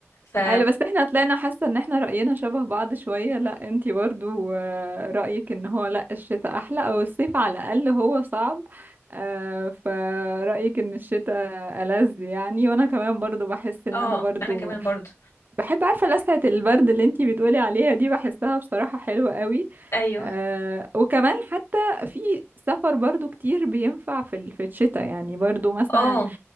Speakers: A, on the left; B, on the right.
A: ف
B: قالوا بس احنا طلعنا حاسه ان احنا رأينا شبه بعض شويه لا انتي برضو آه، رأيك ان هو لا الشتاء احلى او الصيف على الاقل هو صعب آه، فرأيك ان الشتاء ألذ يعني وانا كمان برضو بحس ان
A: اه
B: انا برضو
A: انا كمان برضو
B: بحب عارفة لسعة البرد اللي انتي بتقولي عليها دي بحسها بصراحة حلوة قوي
A: ايوه
B: آه وكمان حتى في سفر برضو كتير بينفع في ال- في الشتاء يعني برضو مثلا
A: اه